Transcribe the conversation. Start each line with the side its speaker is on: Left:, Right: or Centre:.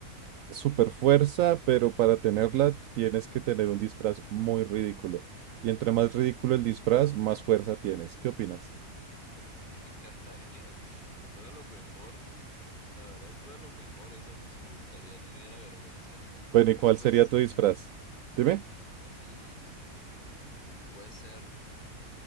Right: super fuerza, pero para tenerla tienes que tener un disfraz muy ridículo? Y entre más ridículo el disfraz, más fuerza tienes. ¿Qué opinas?
Left: <laughs> Me encantaría, fuera lo mejor, la verdad fuera lo mejor, eso a mí sí me gustaría, no me diera vergüenza,
Right: Bueno,
Left: porque
Right: ¿y cuál
Left: pues
Right: sería tu disfraz? Dime.
Left: mm, puede ser,